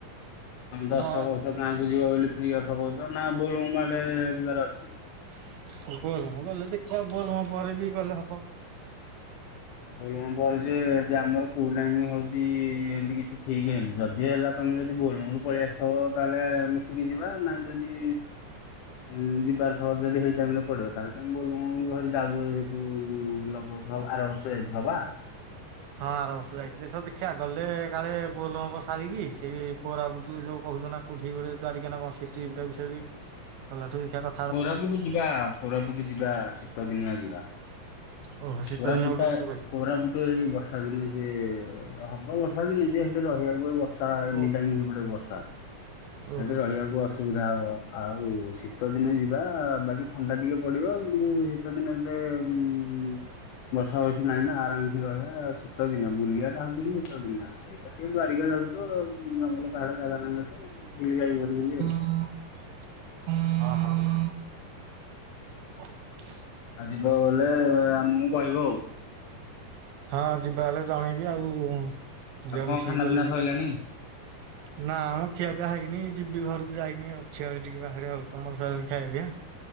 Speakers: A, on the left; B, on the right.
A: ତମେ ତ
B: ହଁ
A: ଏବର୍ଷ <unintelligible> ଯିବ ବୋଲି ଫ୍ରି କଥା କହୁଛ ନା, ବୋଲବମ୍ ଆଡେ ଯିବାର ଅଛି?
B: <unintelligible> ଗଲେ ଦେଖିଆ ବୋଲବମ୍ ପରେ ବି ଗଲେ ହବ।
A: <unintelligible> ଯେ ଆମର କୋଉ ଟାଇମ ହଉଛି ସେମତି କିଛି ଠିକ୍ ହେଇନି, ଯଦି ହେଲା ତମେ ଯଦି ବୋଲବମ୍ ରୁ ପଳେଇ ଆସିଥିବ, ତାହେଲେ ମିଶିକି ଯିବା। ନାଇଁ ଯଦି ଉଁ ଯିବାର ଥିବ ଯଦି ହେଇ ଟାଇମରେ ପଡିବ, ତାହେଲେ ତମେ ବୋଲବମ ଯିବ ଭାରି। ଯାଉଛ ଯେହେତୁ <unintelligible> ଆଉ ଖାର ବର୍ଷ ଯାଇଥିଲ ବା?
B: ହଁ, ଆର ବର୍ଷ ଯାଇଥିଲେ ସବୁ ଦେଖିବା ଗଲେ, କାଳେ ବୋଲ ବମ୍ ସାରିକି ସେ କୋରାପୁଟୁ ଯୋଉ କହୁଛ ନା, କୋଠି ଗୋରେ ଦ୍ୱାରିକା ନା କଣ, ସେଠି ବିଷୟରେ ଗଲା ବର୍ଷ ଦେଖିବା କ
A: କୋରାପୁଟ ଯିବା, କୋରାପୁଟ ଯିବା, ଶୀତ ଦିନିଆ ଯିବା।
B: ଓହୋ ଶୀତ
A: କୋରାପୁଟ
B: ଦିନ ଗୋଟେ
A: ଟା
B: ଟୁର୍ କରିବେ
A: କୋରାପୁଟୁ ଏଇ ବ ବର୍ଷା ଦିନେ ସେ-ଏ-ଏ ହବ, ବର୍ଷା ଦିନେ ଯେ ହେଲେ ରହିବାକୁ, ବର୍ଷା ଏନି
B: ଓ
A: ଟାଇମ୍ ହେପଟେ ବର୍ଷା। ସେଠି
B: ଓହୋ ହଁ
A: ରହିବାକୁ ଅସ ସୁବିଧା ହବ ଆଉ, ଶୀତ ଦିନେ ଯିବା, ବାକି ଥଣ୍ଡା ଟିକେ ପଡିବ କି ଶୀତ ଦିନରେ ଉ-ଉ-ଉ। ବର୍ଷା ବର୍ଷି ନାଇଁ ନା, ଆରାମସେ ରହିବା। ଶୀତ ଦିନ ବୁଲିବା ଟା ହଉଛି କିି, ଶୀତ ଦିନିଆ। ଏଇଟା ଟିକେ ଦ୍ୱାରିକା ଯାଉଛି ତ, ଜଙ୍ଗଲ, ପାହାଡ଼, ଜାଗା ନହିଁ ଅଛେ, ବୁଲି ଯାଇ ପାରିବ ବୋଲି ଆଉ।
B: <unintelligible>
A: ଆଉ ଯିବ ବୋଲେ, ଆମକୁ କହିବ ଆଉ।
B: ହଁ, ଯିବା ହେଲେ ଜଣେଇବି ଆଉ, ଯିବା
A: ଆଉ କଣ
B: ମିଶିକି
A: ଖାନା
B: ଗଲେ
A: ପିନା
B: ଯିବା।
A: ସଇଲାଣି?
B: ନା, ମ, ଖିଆ ପିଆ ହେଇନି। ଯିବି, ଘରକୁ ଯାଇନି ଅଛି, ଆହୁରି ଟିକେ ବାହାରେ ଆଉ। ତମର ସଇଲାଣି ଖାଇଆ-ପିଆ?